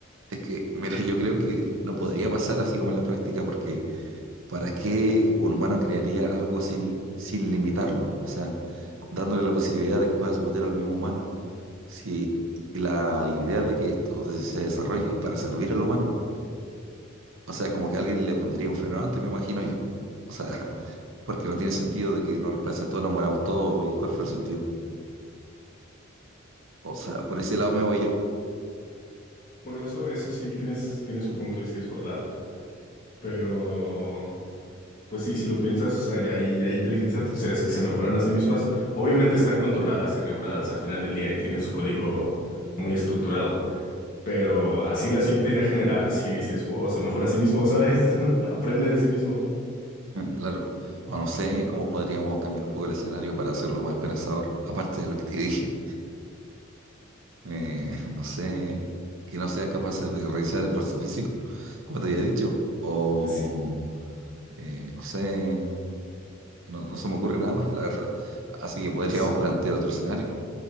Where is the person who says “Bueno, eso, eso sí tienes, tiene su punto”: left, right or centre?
Left